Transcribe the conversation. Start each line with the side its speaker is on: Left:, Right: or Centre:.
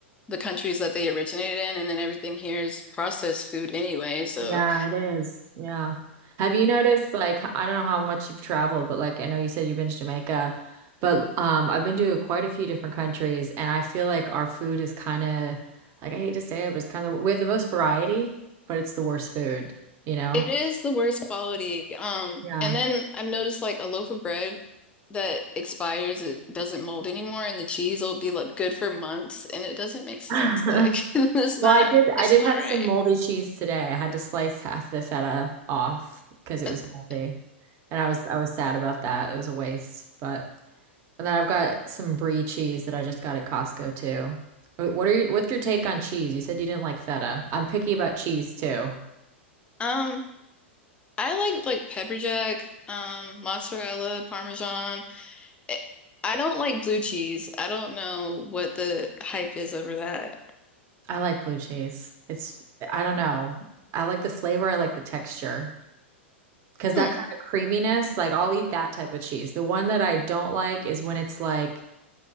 Left: the countries that they originated in, and then everything here is processed food anyway, so
Right: Yeah, it is. Yeah. Have you noticed, like, I don't know how much you've traveled, but like, I know you said you've been to Jamaica, but um, I've been to quite a few different countries, and I feel like our food is kind of, like, I hate to say it, but it's kind of, we have the most variety, but it's the worst food, you know?
Left: It is the worst quality. Um,
Right: Yeah.
Left: and then I've noticed like a loaf of bread that expires, it doesn't mold anymore, and the cheese will be like good for months, and it doesn't make sense.
Right: <laughs>
Left: Like <laughs> it's not,
Right: Well, I did,
Left: it's
Right: I did
Left: not
Right: have
Left: right.
Right: some moldy cheese today. I had to slice half the feta off because it
Left: <laughs>
Right: was moldy, and I was, I was sad about that. It was a waste, but. And then I've got some brie cheese that I just got at Costco too. Wh- What are you, what's your take on cheese? You said you didn't like feta. I'm picky about cheese too.
Left: Um, I like like pepper jack, um, mozzarella, parmesan. I I don't like blue cheese. I don't know what the hype is over that.
Right: I like blue cheese. It's, I don't know. I like the flavor, I like the texture. Because that
Left: Hmm.
Right: kind of creaminess, like I'll eat that type of cheese. The one that I don't like is when it's like,